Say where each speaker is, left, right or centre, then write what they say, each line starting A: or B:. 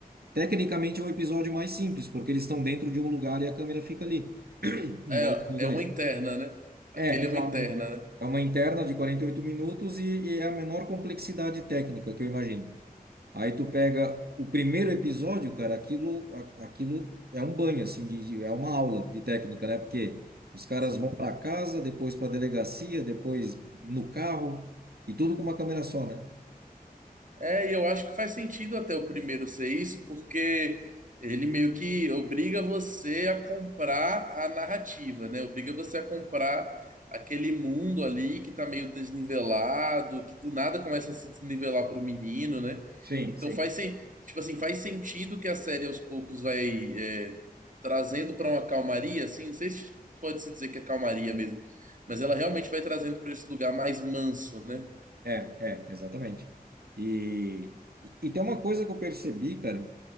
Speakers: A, on the right; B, on the right.
A: Tecnicamente é um episódio mais simples, porque eles estão dentro de um lugar e a câmera fica ali, <clears throat> em
B: É,
A: volta dos dois.
B: é uma interna, né?
A: É,
B: Aquele
A: exato.
B: é uma interna,
A: É um-
B: né?
A: é uma interna de 48 minutos e, e é a menor complexidade técnica que eu imagino. Aí tu pega o primeiro episódio, cara, aquilo, a- aquilo é um banho, assim, de, de- é uma aula de técnica, né? Porque os caras
B: Sim.
A: vão para casa, depois para delegacia, depois no carro, e tudo com uma câmera só, né?
B: É, e eu acho que faz sentido até o primeiro ser isso, porque ele meio que obriga você a comprar a narrativa, né? Obriga você a comprar aquele mundo ali que tá meio desnivelado, que do nada começa a se desnivelar pro menino, né?
A: Sim,
B: Então
A: sim.
B: faz sen- tipo assim, faz sentido que a série aos poucos vai é, trazendo para uma calmaria, assim, não sei se pode se dizer que é calmaria mesmo, mas ela realmente vai trazendo para esse lugar mais manso, né?
A: É, é, exatamente. E, e tem uma coisa que eu percebi, cara,